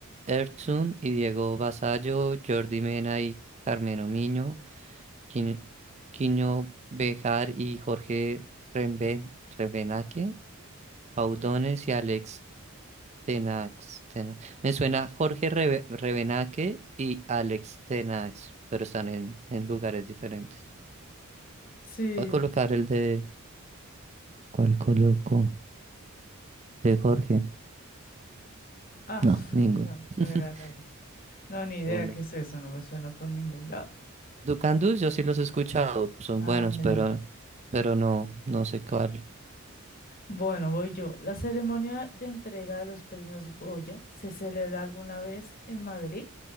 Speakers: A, on the right; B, on the left.
A: Ertzun y Diego Basallo, Jordi Mena y Carmen Omiño, Quin- Quiño Bejar y Jorge Remben Rebenaque, Paudones y Alex Tenax. Tena- Me suena Jorge Rebe- Rebenaque y Alex Tenax, pero están en, en lugares diferentes.
B: Sí.
A: Voy a colocar el de... ¿Cuál coloco? ¿De Jorge?
B: Ah,
A: No,
B: <laughs>
A: ninguno.
B: no,
A: <laughs>
B: no era nada. No, ni idea
A: Uno.
B: qué es eso, no me suena por ningún lado.
A: Ducandus, yo sí los he escuchado, son
B: Ah,
A: buenos,
B: mira.
A: pero, pero no, no sé cuál.
B: Bueno, voy yo. ¿La ceremonia de entrega de los premios Goya se celebra alguna vez en Madrid?